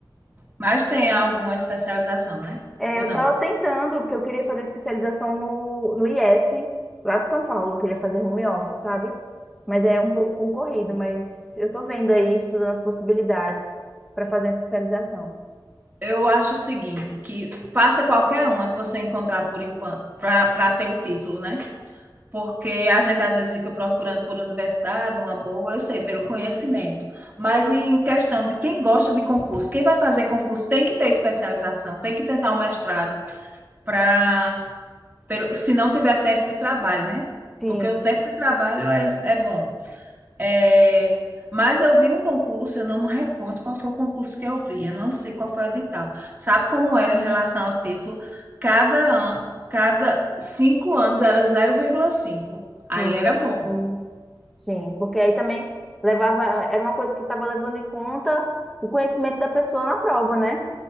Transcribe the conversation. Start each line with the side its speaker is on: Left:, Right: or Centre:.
Right: mas tem alguma especialização, né?
Centre: É,
Right: Ou
Centre: eu
Right: não?
Centre: tava tentando, porque eu queria fazer especialização no, no IF, lá de São Paulo. Eu queria fazer home office, sabe? Mas é um pouco concorrido, mas eu tô vendo aí, estudando as possibilidades para fazer uma especialização.
Right: Eu acho o seguinte, que faça qualquer uma que você encontrar por enquanto, para ter o título, né? Porque a gente às vezes fica procurando por universidade, uma boa, eu sei, pelo conhecimento. Mas em questão de quem gosta de concurso, quem vai fazer concurso tem que ter especialização, tem que tentar um mestrado para, se não tiver tempo de trabalho, né?
Centre: Sim.
Right: Porque o tempo de trabalho é, é bom. É, mas eu vi um concurso, eu não me recordo qual foi o concurso que eu vi, eu não sei qual foi o edital. Sabe como era em relação ao título? Cada, an- cada cinco anos era zero vírgula cinco. Aí
Centre: Hum,
Right: era bom,
Centre: hum. Sim, porque aí também levava, era uma coisa que estava levando em conta o conhecimento da pessoa na prova, né?